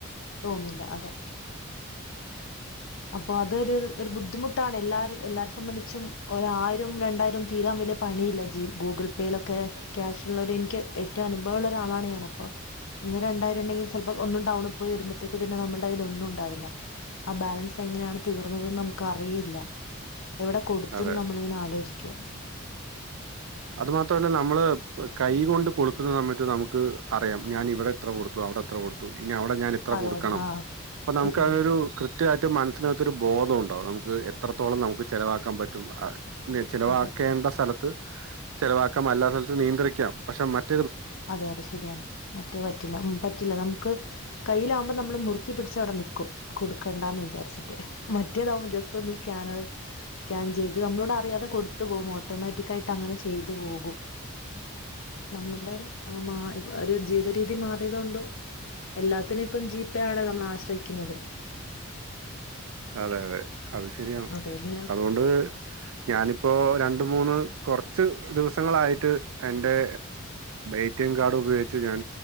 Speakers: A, on the left; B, on the right.
A: തോന്നില്ല അതെ അപ്പൊ അതൊരു ഒരു ബുദ്ധിമുട്ടാണ് എല്ലാരും എല്ലാരെ സംബന്ധിച്ചും ഒയിരം രണ്ടായിരം തീരാൻ വലിയ പണിയില്ല ജീ ഗൂഗിൾ പേയിലൊക്കെ ക്യാഷ്ള്ള എനിക്ക് ഏറ്റവും അനുഭവമുള്ള ഒരാളാണ് ഞാന് അപ്പ ഇന്ന് രണ്ടായിരം ഉണ്ടെങ്കിൽ ചിലപ്പോ ഒന്നും ടൗണിൽ പോയി വരുമ്പത്തേക്ക് പിന്നെ നമ്മുടെ കയ്യില് ഒന്നും ഉണ്ടാവില്ല ആ ബാലൻസ് എങ്ങനെയാണ് തീർന്നതന്ന് നമുക്ക് അറിയില്ല എവിടെ കൊടുത്തന്ന്
B: അതെ
A: നമ്മളിങ്ങനെ ആലോചിക്കും
B: അത് മാത്രമല്ല നമ്മള് കൈ കൊണ്ട് കൊടുക്കുന്ന സമയത്ത് നമുക്ക് അറിയാം ഞാൻ ഇവിടെ എത്ര കൊടുത്തു അവിടെ എത്ര കൊടുത്തു ഇനി അവിടെ ഞാൻ ഇത്ര
A: അതെ
B: കൊടുക്കണം
A: അതെ ആ
B: അപ്പൊ നമുക്ക്
A: ശരിയാണ്
B: അതൊരു കൃ കൃത്യായിട്ട് മനസ്സിനകത്തൊരു ബോധം ഉണ്ടാവും നമുക്ക് എത്രത്തോളം നമുക്ക് ചിലവാക്കാൻ പറ്റും അ ഇ ചിലവാക്കേണ്ട
A: അതെ
B: സ്ഥലത്ത് ആ ചെലവാക്കാം അല്ലാ സ്ഥലത്തും നിയന്ത്രിക്കാം പക്ഷെ മറ്റ
A: അതെയതെ ശരിയാണ് മറ്റേ പറ്റില്ല ഉ പറ്റില്ല നമുക്ക് കയ്യിലാവകുമ്പോൾ നമ്മൾ മുറുക്കി പിടിച്ച് അവിടെ നൽക്കും കൊടുക്കേണ്ടന്ന് വിചാരിച്ചിട്ട് മറ്റേതാവുമ്പോ ജസ്റ്റ് ഒന്ന് സ്കാനർ സ്കാൻ ചെയ്ത് നമ്മളോടെ അറിയാതെ കൊടുത്തു പോക്പോൾ ഓട്ടോമാറ്റിിക്ക ആയിട്ട് അങ്ങനെ ചെയ്തു പോകും നമ്മളുടെ ഒരു ആ മാ ഒരു ജീവിതരീതി മാറിയതൊണ്ടും എല്ലാത്തിനും ഇപ്പം ജി പേ ആണ് നമ്മൾ ആശ്രയിക്കുന്നത്
B: അതെ അതെ അത് ശരിയാണ്
A: അതെല്ലാം
B: അതുകൊണ്ട് ഞാനിപ്പോൊ രണ്ട മൂന്ന് കുറച്ച് ദിവസങ്ങളായിട്ട് എറെ എടി എം കാർഡ് ഉപയോഗിച്ച് ഞാൻ